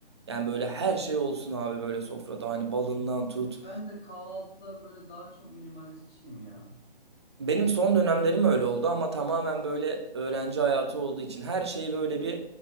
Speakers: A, on the right (about 30°); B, in the centre.
A: Yani böyle her şey olsun abi böyle sofrada. Hani balından tut,
B: Ben de kahvaltıda böyle daha çok minimalistçiyim ya.
A: Benim son dönemlerim öyle oldu ama tamamen böyle öğrenci hayatı olduğu için her şeyi böyle bir